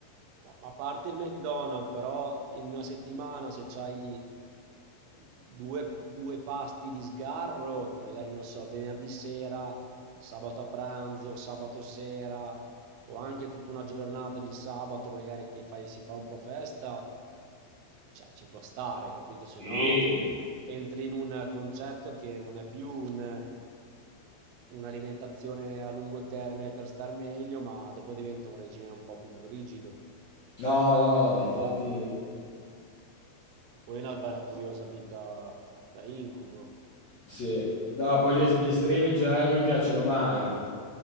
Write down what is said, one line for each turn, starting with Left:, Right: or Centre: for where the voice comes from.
Right: No, ma a parte il McDonald's, però in una settimana se c'hai due, due pasti di sgarro, magari non so, venerdì sera, sabato a pranzo, sabato sera, o anche tutta una giornata di sabato, magari che fai- si fa un po' festa, cioè ci può stare, capito?
Left: Sì.
Right: Se no entri in un concetto che non è più un- un'alimentazione a lungo termine per star meglio, ma dopo diventa un regime un po' più rigido.
Left: No, no, no, ma infatti
Right: E poi una bella curiosa vita da incubo.
Left: sì. No, poi gli, es- gli estremi in generale non mi piacciono mai.